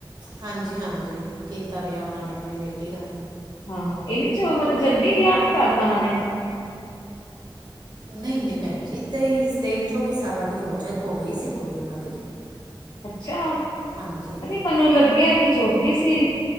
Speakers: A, on the right; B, on the left.
A: ਹਾਂਜੀ-ਹਾਂਜੀ, ਕੀਤਾ ਵਿਆਹ ਓਨਾਂ ਨੇ ਆਪਣੀ ਬੇਟੀ ਦਾ।
B: ਹਾਂ, ਏਨੀ'ਚ ਉਮਰ ਜਲਦੀ ਵਿਆਹ ਨੀ ਕਰਤਾ ਓਨਾਂ ਨੇ।
A: ਨਈ-ਨਈ ਭੈਣ ਜੀ, ਤੇਈ, ਤੇਈ-ਚੌਵੀ ਸਾਲਾਂ ਦੀ ਹੋ ਗਈ ਸੀ ਕੁੜੀ ਓਨਾਂ ਦੀ।
B: ਅੱਛਾ?
A: ਹਾਂਜੀ।
B: ਸਾਨੂੰ ਲੱਗਿਆ ਕਿ ਛੋਟੀ ਸੀ।